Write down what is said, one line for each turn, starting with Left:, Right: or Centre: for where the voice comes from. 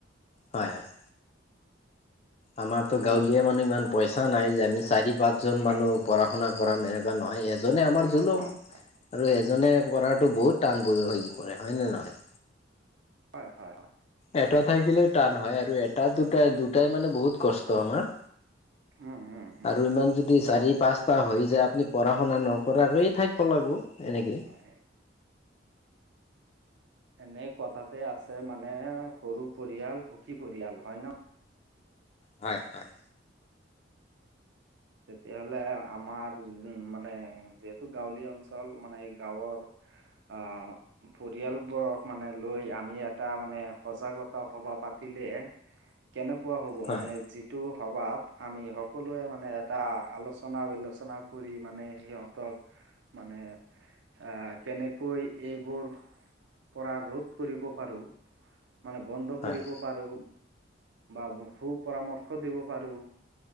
Left: হয়, হয়। আমাৰতো
Right: ত'
Left: গাঁৱলীয়া মানুহ ইমান পইচা নাই যে আমি চাৰি -পাঁচজন
Right: হয়
Left: মানুহ- পঢ়া শুনা কৰাম এনেকুৱা নহয়। এজনে আমাৰ
Right: হয়
Left: জুলুম
Right: হয় হয়
Left: আৰু এজনে- পঢ়াতো বহুত টান হৈ পৰে হয়, হয়নে নহয়?
Right: হয়, হয়। হয়
Left: এটা থাকিলে টান হয় আৰু এটা দুটাই দুটাই মানে বহুত কষ্ট আমাৰ।
Right: উম উম উম
Left: আৰু ইমান যদি চাৰি- পাঁচ- হৈ যায়, আপুনি পঢ়া শুনা নকৰাকৈয়ে ঠাক প লাগব এনেকে।
Right: হয়। এনে কথাতে আছে মানে সৰু পৰিয়াল সুখী পৰিয়াল, হয় ন?
Left: হয় হয়।
Right: তেতিয়াহলে আমাৰ উম মানে যিহেতু গাঁৱলীয়া অঞ্চল মানে গাঁৱৰ আ পৰিয়ালবোৰক মানে লৈ আমি এটা সজাগতা সভা পাতিলে কেনেকুৱা হ'ব
Left: হয়
Right: মানে যিটো সভাত আমি সকলোৱে মানে এটা আলোচনা বিলোচনা কৰি মানে সিহঁতক মানে আহ কেনেকৈ এইবোৰ পৰা ৰোধ কৰিব পাৰো মানে বন্ধ
Left: হয়
Right: কৰিব পাৰো বা সু পৰামৰ্শ দিব পাৰো